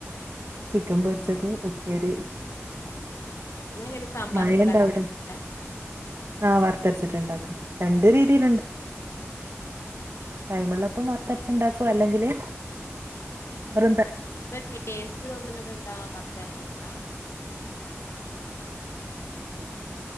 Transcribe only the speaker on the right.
ചിക്കൻ പൊര്ച്ചത്
ഉപ്പേരി
വിയിലന്റാവിട്ടേനെ
ആഹ് വർത്തര്ച്ച്ട്ട്ണ്ടാക്കാ രണ്ട് രീതിയിലു ടൈം ഉള്ളപ്പോൾ വറുത്തരച്ചു ഉണ്ടാക്കും അല്ലെങ്കില് വെറും തേ